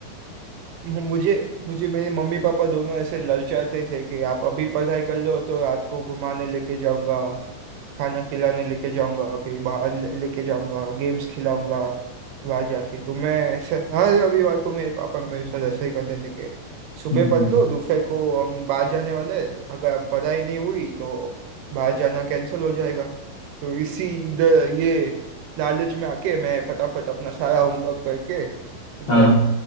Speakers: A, on the right (about 80°); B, on the left (about 50°).
A: मु- मुझे मुझे मेरे मम्मी पापा दोनों ऐसे ललचाते थे कि आप अभी पढ़ाई कर लो तो रात को घुमाने लेके जाऊंगा खाना खिलाने लेके जाऊंगा कहीं बाहर ले- लेके जाऊंगा गेम्स खिलाऊंगा वहां जाके तो मैं ऐसे हर रविवार को मेरे पापा मेरे साथ ऐसा ही करते थे कि सुबह
B: <laughs> हम्म,
A: पढ़ लो दोपहर को हम बाहर जाने वाले हैं, अगर पढ़ाई नहीं हुई तो बाहर जाना कैंसिल हो जाएगा तो इसी इधर ये लालच में आके मैं फटाफट अपना सारा होमवर्क करके एकदम
B: हाँ